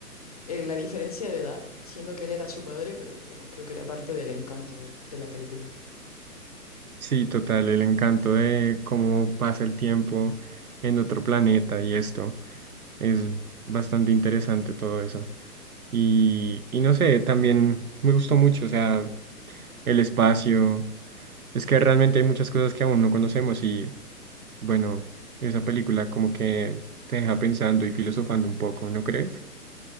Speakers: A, on the left (about 25°); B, on the right (about 65°).
A: eh, la diferencia de edad, siendo que él era su padre, pero bueno, creo que era parte del encanto de la película.
B: Sí, total, el encanto de cómo pasa el tiempo en otro planeta y esto. Es bastante interesante todo eso. Y, y no sé, también me gustó mucho, o sea, el espacio. Es que realmente hay muchas cosas que aún no conocemos y Bueno, esa película como que te deja pensando y filosofando un poco, ¿no crees?